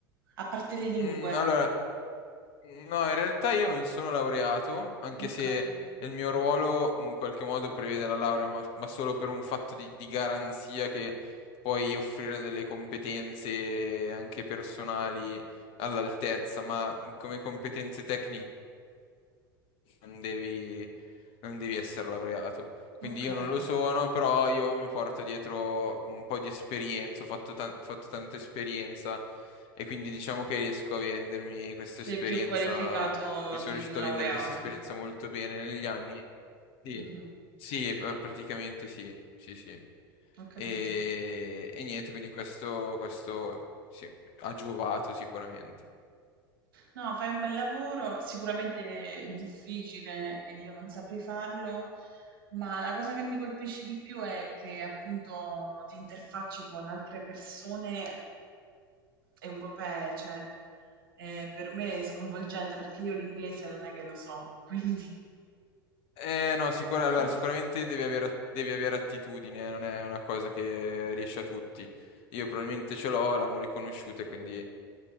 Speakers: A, on the right; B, on the left.
A: a parte le lingue.
B: Mm, allora, No, in realtà io non sono laureato, anche
A: Okay,
B: se il mio ruolo in qualche modo prevede la laurea, ma, ma solo per un fatto di, di garanzia che puoi offrire delle competenze anche personali all'altezza, ma come competenze tecniche non devi, non devi essere laureato. Quindi
A: okay.
B: io non lo sono, però io mi porto dietro un po' di esperienza, ho fatto, tan- ho fatto tanta esperienza e quindi diciamo che riesco a vendermi questa
A: Sei
B: esperienza,
A: più qualificato
B: mi sono
A: di
B: riuscito
A: un laureato.
B: a vendere questa esperienza molto bene negli anni. Sì,
A: Mh-mh,
B: sì, pr- praticamente sì, sì, sì.
A: ho capito.
B: E, e niente, quindi questo, questo sì, ha giovato sicuramente.
A: No, fai un bel lavoro, sicuramente è difficile e io non saprei farlo, ma la cosa che mi colpisce di più è che appunto ti interfacci con altre persone europee, cioè, ehm, per me è sconvolgente perché io l'inglese non è che lo so, quindi
B: Eh, no, sicura- allora,
A: <laughs>
B: sicuramente devi avere, devi avere attitudine, non è una cosa che riesce a tutti. Io probabilmente ce l'ho, l'hanno riconosciuta, e quindi